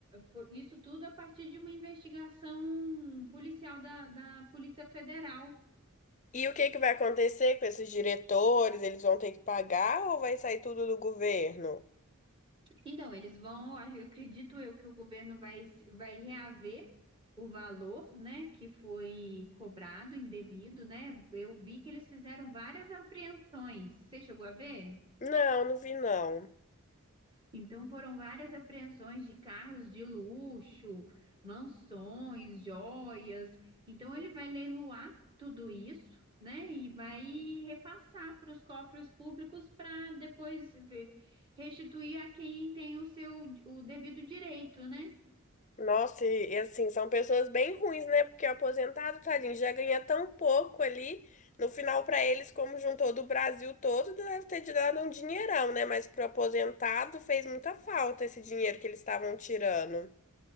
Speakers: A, on the right (about 20°); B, on the left (about 35°).
A: foi- isso tudo a partir de uma investigação policial da, da Polícia Federal.
B: E o que que vai acontecer com esses diretores? Eles vão ter que pagar ou vai sair tudo do governo?
A: Então, eles vão, eu acredito eu que o governo vai, vai reaver o valor, né, que foi cobrado indevido, né? Eu vi que eles fizeram várias apreensões. Você chegou a ver?
B: Não, não vi não.
A: Então foram várias apreensões de carros de luxo, mansões, joias. Então ele vai leiloar tudo isso, né? E vai repassar para os cofres públicos para depois ver- restituir a quem tem o seu o devido direito, né?
B: Nossa, e, e assim, são pessoas bem ruins, né? Porque o aposentado, tadinho, já ganha tão pouco ali. No final, pra eles, como juntou do Brasil todo, deve ter te dado um dinheirão, né? Mas pro aposentado fez muita falta esse dinheiro que eles estavam tirando.